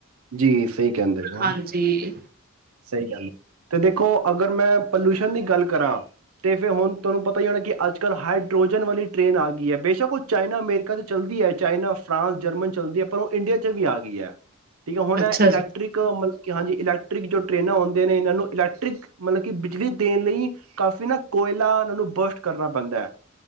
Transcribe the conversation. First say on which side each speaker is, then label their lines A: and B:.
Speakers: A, on the right; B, on the right.
A: ਜੀ। ਸਹੀ ਕਹਿੰਦੇ ਨੇ ਹੋ
B: ਹਾਂਜੀ
A: ਸਹੀ ਕਹਿੰਦੇ ਤੇ ਦੇਖੋ ਅਗਰ ਮੈਂ ਪੋਲਿਊਸ਼ਨ ਦੀ ਗੱਲ ਕਰਾਂ ਤੇ ਫਿਰ ਹੁਣ ਤੁਹਾਨੂੰ ਪਤਾ ਹੀ ਹੋਣਾ ਕਿ ਅੱਜ ਕੱਲ੍ਹ ਹਾਈਡਰੋਜਨ ਵਾਲੀ ਟ੍ਰੇਨ ਆ ਗਈ ਹੈ। ਬੇਸ਼ੱਕ ਉਹ ਚਾਈਨਾ ਅਮੇਰੀਕਾ ਚ ਚੱਲਦੀ ਹੈ। ਚਾਈਨਾ ਫਰਾਂਸ ਜਰਮਨ ਚੱਲਦੀ ਹੈ। ਪਰ ਉਹ ਇੰਡੀਆ ਵੀ ਆ ਗਈ ਹੈ। ਠੀਕ ਹੈ। ਹੁਣ
B: ਅੱਛਾ
A: ਇਲੈਕਟ੍ਰਿਕ
B: ਜੀ
A: ਮਤਲਬ ਕਿ ਹਾਂਜੀ ਇਲੈਕਟ੍ਰਿਕ ਜੋ ਟਰੇਨਾਂ ਆਉਂਦੇ ਨੇ ਇਹਨਾਂ ਨੂੰ ਇਲੈਕਟ੍ਰਿਕ ਮਤਲਬ ਕਿ ਬਿਜਲੀ ਦੇਣ ਲਈ ਕਾਫੀ ਨਾ ਕੋਇਲਾ ਇਹਨਾਂ ਨੂੰ ਬਰਸਟ ਕਰਨਾ ਪੈਂਦਾ ਹੈ।